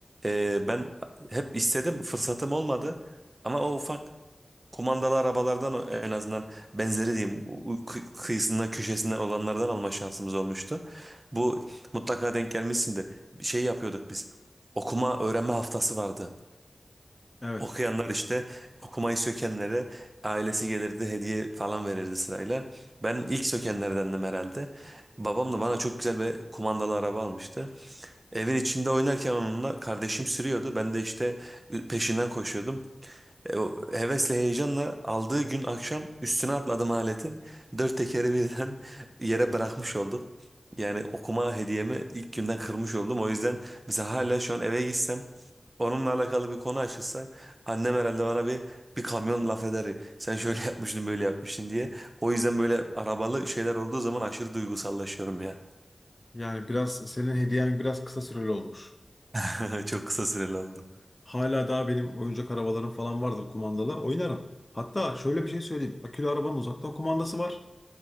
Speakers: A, on the right; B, on the left.
A: Ee, ben hep istedim, fırsatım olmadı. Ama o ufak kumandalı arabalardan o- en azından benzeri diyeyim u- u- kı- kıyısından köşesinden olanlardan alma şansımız olmuştu. Bu mutlaka denk gelmişsindir. Bir şey yapıyorduk biz. Okuma öğrenme haftası vardı.
B: Evet.
A: Okuyanlar işte okumayı sökenlere ailesi gelirdi hediye falan verirdi sırayla. Ben ilk sökenlerdendim herhalde. Babam da bana çok güzel bir kumandalı araba almıştı. Evin içinde oynarken onunla kardeşim sürüyordu. Ben de işte peşinden koşuyordum. E, o hevesle heyecanla aldığı gün akşam üstüne atladım aletin. Dört tekeri birden <laughs> yere bırakmış olduk. Yani okuma hediyemi ilk günden kırmış oldum. O yüzden mesela hala şu an eve gitsem onunla alakalı bir konu açılsa annem herhalde bana bir bir kamyon laf eder. Sen şöyle <laughs> yapmıştın böyle yapmıştın diye. O yüzden böyle arabalı şeyler olduğu zaman aşırı duygusallaşıyorum ya.
B: Yani biraz senin hediyen biraz kısa süreli olmuş.
A: <laughs> Çok kısa süreli oldu.
B: Hala daha benim oyuncak arabalarım falan vardır kumandalı. Oynarım. Hatta şöyle bir şey söyleyeyim. Akülü arabanın uzaktan kumandası var.